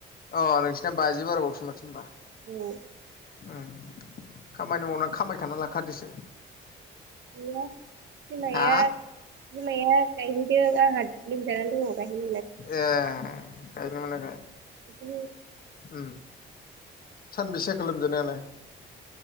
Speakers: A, on the left; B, on the right.
A: औ नोंसोरना बाजि बाराबावसो माथो होमबा।
B: न
A: ओ खामानि मावना खामायखाना लाखादोसो।
B: गैया बिमाया
A: हा
B: - बिमाया गायहैदों आंहा लोमजानानै दङ। गायहैनो मोनाखै
A: ए गाय न मोनना गाय
B: बिदि
A: उ सानबैसे जाखो लोमजानायालाय